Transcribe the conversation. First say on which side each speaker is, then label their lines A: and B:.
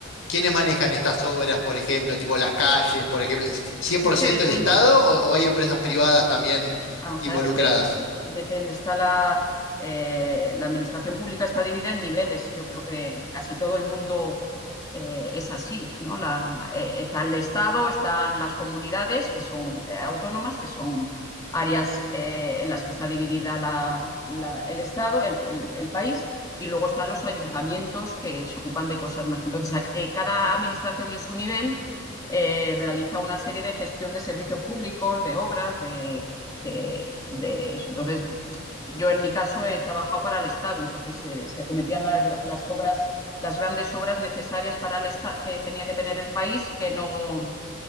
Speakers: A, on the left (about 75°); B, on the left (about 20°).
A: quiénes manejan estas obras, por ejemplo, tipo las calles, por ejemplo? ¿Es 100%
B: Es que depende.
A: el Estado o, o hay empresas privadas también
B: Vamos
A: involucradas?
B: a ver, dep- depende. Está la, eh, la administración pública está dividida en niveles. Yo creo que casi todo el mundo eh, es así, ¿no? La- eh, está el Estado, están las comunidades que son eh, autónomas, que son áreas eh, en las que está dividida la- la- el Estado, el, el- el país, y luego están los ayuntamientos que se ocupan de cosas más. Entonces, a- eh, cada administración en su nivel eh, realiza una serie de gestión de servicios públicos, de obras, de de, de eso. Entonces, yo en mi caso he trabajado para el Estado, entonces eh, se acometían la- las obras, las grandes obras necesarias para el Estado que tenía que tener el país, que no